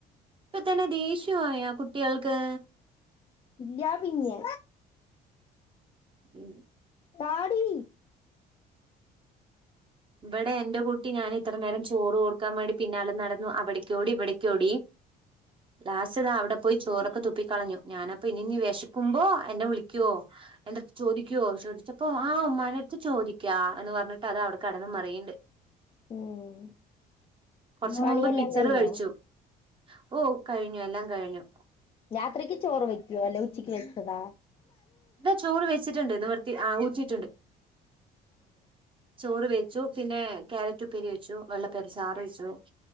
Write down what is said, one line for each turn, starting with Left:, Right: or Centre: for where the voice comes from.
Right: ഇപ്പ തന്നെ ദേഷ്യായോ കുട്ടികൾക്ക്
Left: ല്യ പിന്യേ
Right: ഉം
Left: താടി
Right: ഇവിടെ എന്റെ കുട്ടി ഞാൻ ഇത്ര നേരം ചോറ് കൊടുക്കാൻ വേണ്ടി പിന്നാലെ നടന്നു അവിട ക്കോടി ഇവടക്കോടി ലാസ്റ്റ് താ അവിടെ പോയി ചോറൊക്കെ തുപ്പിക്കളഞ്ഞു ഞാനപ്പൊ ഇനി വിശക്കുമ്പോ എന്നെ വിളിക്കുവോ എന്റെടുത്ത് ചോദിക്കുവോ ചോദിച്ചപ്പോ ആ ഉമ്മാന്റെ അടുത്ത് ചോദിക്കാ എന്ന് പറഞ്ഞിട്ട് അതവിടെ കടന്ന മറിയണ്ട്
Left: ഉം
Right: കൊറച്ച്
Left: പണിയെല്ലാം
Right: മുമ്പ് മിച്ചർ
Left: കഴിഞ്ഞാ
Right: കഴിച്ചു ഓ കഴിഞ്ഞു എല്ലാം കഴിഞ്ഞു
Left: രാത്രിക്ക് ചോറ് വെയ്ക്കോ അല്ലേ ഉച്ചക്ക് വെച്ചതാ
Right: ഇതാ ചോറ് വെച്ചിട്ടുണ്ട് നിവൃത്തി ആ ഊറ്റിയിട്ടുണ്ട് ചോറ് വെച്ചു പിന്നെ കാരറ്റ് ഉപ്പേരി വെച്ചു വെള്ളപ്പരി ചാറ് വെച്ചു